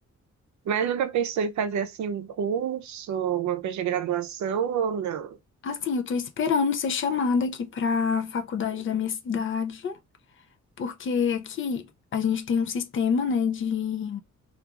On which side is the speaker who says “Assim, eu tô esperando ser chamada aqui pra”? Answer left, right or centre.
Left